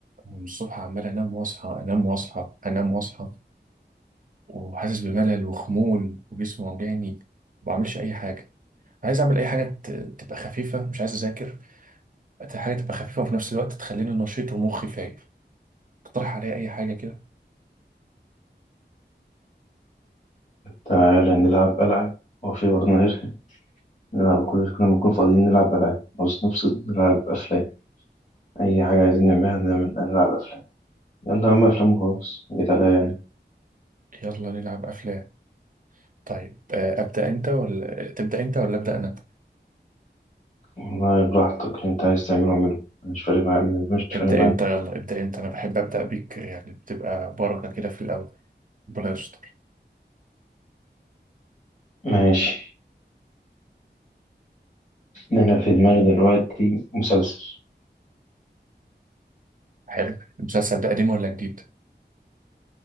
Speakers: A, on the right; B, on the left.
A: من الصبح عمال انام واصحى انام واصحى انام واصحى وحاسس بملل وخمول وجسمي وجعني ما بعملش اي حاجه عايز اعمل اي حاجه ت- تبقى خفيفه مش عايز اذاكر عايز حاجه تبقى خفيفه وفي نفس الوقت تخليني نشيط ومخي فايق اقترح عليا اي حاجه كده
B: تعالى نلعب ألعاب هو في برضه غيرها نلعب كل كل ما نكون فاضيين نلعب ألعاب عاوز نفصل نلعب أفلام أي حاجة عايزين نعملها نعمل نلعب أفلام يلا يا عم أفلام وخلاص جيت عليا يعني
A: يلا نلعب افلام طيب آه، ابدا انت ولا تبدا انت ولا ابدا انا
B: والله براحتك اللي أنت عايز تعمله اعمله أنا مش فارق معايا مش
A: ابدا
B: فارق معايا
A: انت يلا ابدا انت انا بحب ابدا بيك يعني بتبقى بركه كده في الاول ربنا يستر
B: ماشي أنا في دماغي دلوقتي مسلسل
A: حلو المسلسل ده قديم ولا جديد